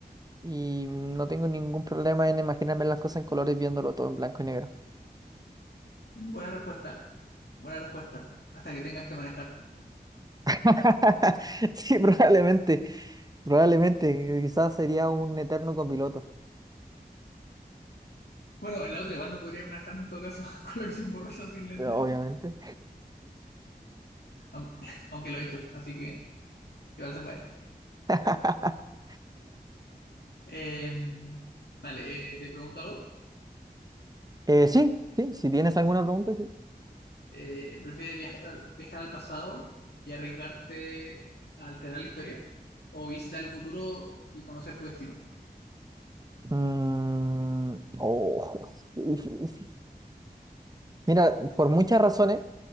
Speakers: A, on the right; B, on the left.
A: y no tengo ningún problema en imaginarme las cosas en colores viéndolo todo en blanco y negro.
B: Mm, Buena respuesta. Buena respuesta. Hasta que tengas que manejar.
A: <laughs> Sí, probablemente, probablemente, quizás sería un eterno copiloto,
B: Bueno, en la otra igual no podría manejar en todo caso <laughs> con la visión borrosa sin lentes,
A: obviamente.
B: aunque, <laughs> aunque lo he hecho, así que igual se puede.
A: <laughs>
B: Eh, vale, eh, te pregunto algo.
A: Eh, sí, sí, si tienes alguna pregunta, sí.
B: Eh, ¿prefieres viajar, al- viajar al pasado y arriesgarte a alterar la historia o visitar el futuro y conocer tu destino?
A: Mm, oh, <laughs> qué difícil. Mira, por muchas razones.